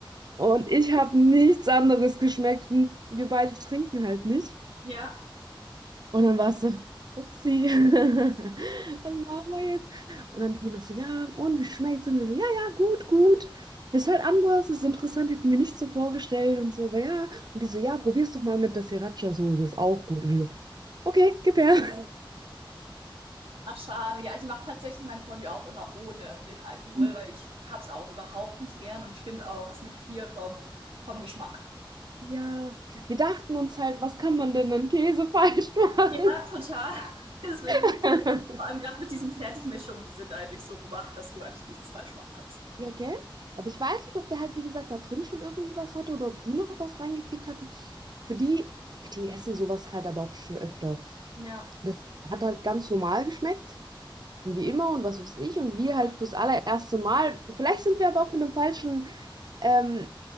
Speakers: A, on the right; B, on the right.
A: Und ich habe nichts anderes geschmeckt und wir beide trinken halt nicht.
B: Ja.
A: Und dann war es so, upsie <laughs> was machen wir jetzt? Und dann die noch so, ja, und wie schmeckt's? Und wir so, ja, ja, gut, gut. Ist halt anders, ist interessant, hätten wir nicht so vorgestellt und so, aber ja. Und die so, ja, probier's doch mal mit der Sriracha-Soße, ist auch gut. Und die so, okay, gib her.
B: Ach, schade. Ja, ich mache tatsächlich mein Fondue auch immer ohne den Alkohol,
A: <laughs>
B: weil ich hab's auch überhaupt nicht gern und ich finde auch, es nimmt viel vom, vom Geschmack.
A: Ja, wir dachten uns halt, was kann man denn an Käse falsch machen?
B: Ja, total. <laughs> Ist wirklich,
A: <laughs>
B: so. vor allem gerade mit diesen Fertigmischungen, die sind eigentlich so gemacht, dass du eigentlich nichts falsch machen kannst.
A: Ja, gell? Aber ich weiß nicht, ob der halt, wie gesagt, da drin schon irgendwie was hatte oder ob die noch was reingekickt hatten. Für die, die essen sowas halt aber auch schon öfter.
B: Ja.
A: das hat halt ganz normal geschmeckt und wie immer und was weiß ich und wir halt fürs allererste Mal, vielleicht sind wir aber auch mit einer falschen ähm,